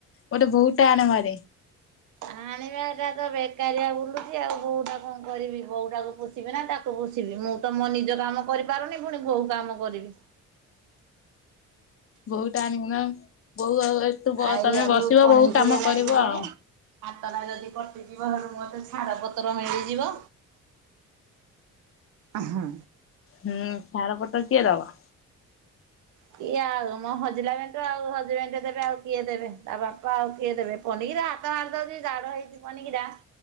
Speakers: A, on the left; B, on the right.
A: ଗୋଟେ ବୋହୁ ଟେ ଆଣ ଭାରି।
B: ଆାଣିବା ଏଟା ତ ବେକାରିଆ ବୁଲୁଛି ଆଉ ବୋଉଟା କଣ କରିବି? ବୋଉଟାକୁୁ ିବି ନା ତାକୁ ବସିବି ମୁଁ ତ ମୋ ନିଜ କାମ କରିପାରୁନି ପୁଣି ବୋହୁ କାମ କରିବି।
A: ବୋହୁଟା ଆଣିବ ନା ଆଉ ଏତୁ
B: ଆଉ
A: ତମେ
B: ଇଆଡୁ
A: ବସିବ
B: ପନିକିରେ
A: ବୋହୁ କାମ
B: ଲାଗିଲେଣି
A: କରିବ ଆଉ।
B: ହାତଟା ଯଦି କଟିଯିବ ହେଠୁଁ ମତେ ଛାଡ଼ପତ୍ର ହେଇଯିବ। ଆ ହଁ।
A: ହୁଁ ସାାର ପଟ କିଏ ଦବା।
B: କିଏ ଆଉ ମୋ ହଜିଲା ମେଣ୍ଟୁ ଆଉ ହଜିବେଣ୍ଡ ଦେବେ ଆଉ କିଏ ଦେବେ ତା ବାପା ଆଉ କିଏ ଦେବେ। ପନିକିରେ ହାତ ମାରିଦଉଛି ଦାଢ ହେଇଛି ପନିକିଟା।